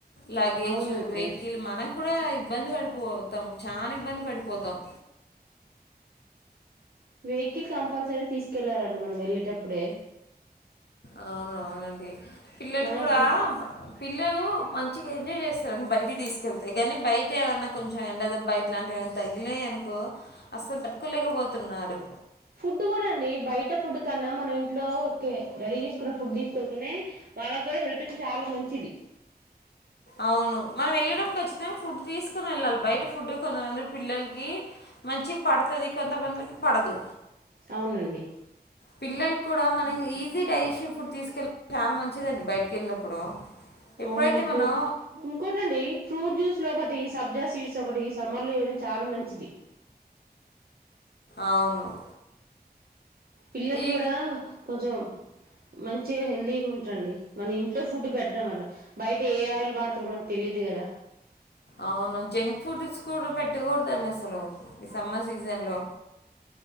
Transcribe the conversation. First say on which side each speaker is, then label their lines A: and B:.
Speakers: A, on the left (about 85°); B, on the right (about 65°).
A: లగేజు
B: అవునండి
A: వెహికల్ మనం కూడా ఇబ్బంది పడిపోతాం చానా ఇబ్బంది పడిపోతాం
B: వెహికల్ కంపల్సరీ తీసుకెళ్ళాలండి మనం వెళ్ళేటప్పుడే
A: అవును అవునండి పిల్లలు
B: మనకి
A: కూడా పిల్లలు మంచిగా ఎంజాయ్ చేస్తారుని బయటికి తీసుకెళ్తే గానీ బయట ఏమైన్నా కొంచెం ఎండ దబ్బా ఇట్లాంటివి ఏమైనా తగిలే అనుకో అసలు కట్టుకోలేకపోతున్నారు
B: ఫుడ్ కూడా అండి బయట ఫుడ్ కన్నా మన ఇంట్లో ఓకే రెడీ చేసుకున్న ఫుడ్ తీసుకెళ్తేనే వాళ్ళకు కూడా హెల్త్ కి చాలా మంచిది
A: అవును మనం వెళ్ళేటప్పుడు ఖచ్చితంగా ఫుడ్ తీసుకొని వెళ్ళాలి, బయట ఫుడ్ కొంతమంది పిల్లలకి మంచిగ పడతది కొంతమందికి పడదు
B: అవునండి
A: పిల్లలు కూడా మనం ఈజీ డైజెషన్ ఫుడ్ తీసుకెళ్ళాల చాలా మంచిదండి బయటికి వెళ్ళినప్పుడు ఎప్పుడైతే
B: అవునండి ఇప్పుడు
A: మనం
B: ఇంకోటండి ఫ్రూట్ జ్యూస్లు ఒకటి సబ్జాస్ ఇస్ ఒకటి సమ్మర్ లో ఇయడం చాలా మంచిది
A: అవును
B: పిల్లలు
A: ఈ
B: గూడా కొంచం మంచిగా హెల్తీగా ఉంటుండి మన ఇంట్లో ఫుడ్ పెట్టడం వల్ల బయట ఏ ఆయిల్ వాడతారో మనకు తెలీదు కదా
A: అవును జంక్ ఫుడ్ సు కూడా పెట్టకూడదండి అసలు ఈ సమ్మర్ సీజన్ లో